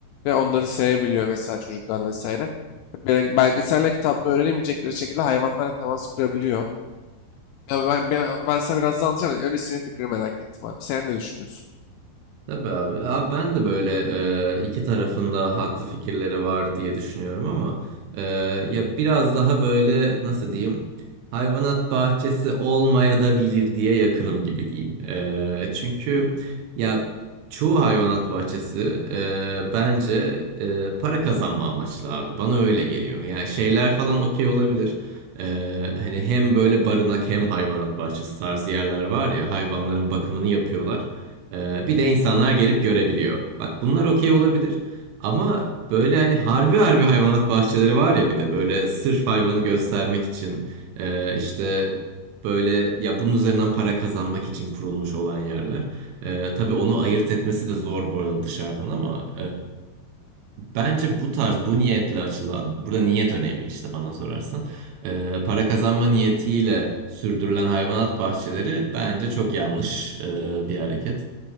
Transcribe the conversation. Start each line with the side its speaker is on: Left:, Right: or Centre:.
Left: ve onları sevebiliyor vesaire çocuklar vesaire. Bel- Belgeselle kitapta öğrenemeyecekleri şekilde hayvanlarla temas kurabiliyor. Ya ben, ben, ben sana biraz daha anlatacağım. Önce senin fikrini merak ettim abi. Sen ne düşünüyorsun?
Right: Tabii abi. Abi ben de böyle e, iki tarafında haklı fikirleri var diye düşünüyorum ama e, ya biraz daha böyle nasıl diyeyim hayvanat bahçesi olmaya da bilir diye yakınım gibi diyeyim. E, çünkü ya çoğu hayvanat bahçesi e, bence e, para kazanma amaçlı abi. Bana öyle geliyor. Yani şeyler falan okey olabilir. E, hani hem böyle barınak hem hayvanat bahçesi tarzı yerler var ya hayvanların bakımını yapıyorlar. Ee, bir de insanlar gelip görebiliyor. Bak bunlar okey olabilir. Ama böyle hani harbi harbi hayvanat bahçeleri var ya bir de böyle sırf hayvanı göstermek için e, işte böyle ya bunun üzerinden para kazanmak için kurulmuş olan yerler. E, tabii onu ayırt etmesi de zor bu arada dışarıdan ama e, bence bu tarz bu niyetle açılan burada niyet önemli işte bana sorarsan. E, para kazanma niyetiyle sürdürülen hayvanat bahçeleri bence çok yanlış e, bir hareket.